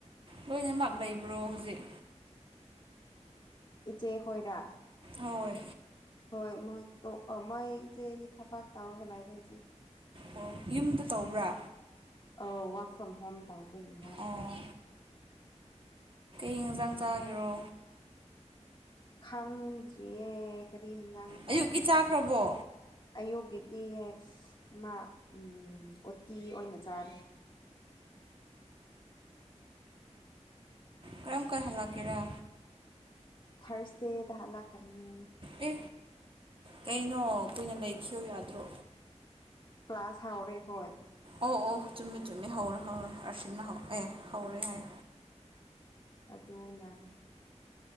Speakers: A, on the right; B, on the left.
A: ꯂꯣꯏꯅꯃꯛ ꯂꯩꯕ꯭ꯔꯣ ꯍꯧꯖꯤꯛ
B: ꯏꯆꯦ ꯈꯣꯏꯔ
A: ꯍꯣꯏ
B: ꯍꯣꯏ ꯃꯣꯏ ꯇꯣ ꯑꯣ ꯃꯥꯏ ꯆꯦ ꯗꯤ ꯊꯕꯛ ꯇꯧꯔꯒ ꯂꯥꯏꯔꯦ ꯍꯨꯖꯤꯛ
A: ꯑꯣ ꯌꯨꯝꯗ ꯇꯧꯕ꯭ꯔꯥ
B: ꯑꯧ ꯋꯥꯔꯛ ꯐ꯭ꯔꯣꯝ ꯍꯣꯝ ꯇꯥꯎꯕꯒꯤ ꯃꯥꯗꯨ
A: ꯑꯣ ꯀ꯭ꯔꯤ ꯍꯦꯟꯖꯥꯡ ꯆꯥꯔꯤꯔꯣ
B: ꯈꯪꯗ꯭ꯔꯤꯌꯦ ꯀꯔꯤ ꯌꯦꯟꯖꯥꯡ ꯆꯥꯒꯦꯔꯥ
A: ꯑꯌꯨꯛꯀꯤ ꯆꯥꯈ꯭ꯔꯕꯣ
B: ꯑꯌꯨꯛꯒꯤ ꯗꯤ ꯑ ꯃꯥ ꯎꯝ ꯎꯇꯤ ꯑꯣꯏꯅ ꯆꯥꯔꯦ
A: ꯀꯔꯝ ꯀꯥꯟ ꯍꯜꯂꯛꯀꯦꯔꯥ
B: ꯊ꯭ꯔꯁꯗꯦꯗ ꯍꯥꯂꯛꯀꯅꯤ
A: ꯑꯦ ꯀꯩꯅꯣ ꯀꯨꯏꯅ ꯂꯩꯈꯤꯌꯣ ꯌꯥꯗ꯭ꯔꯣ
B: ꯀ꯭ꯂꯥꯁ ꯍꯥꯎꯔꯦ ꯑꯈꯣꯏ
A: ꯑꯣ ꯑꯣ ꯆꯨꯝꯃꯤ ꯆꯨꯝꯃꯤ ꯍꯧꯔꯦ ꯍꯧꯔꯦ ꯑꯥꯔꯁꯤꯅ ꯑꯦ ꯍꯧꯔꯦ ꯍꯥꯏ
B: ꯑꯗꯨꯅ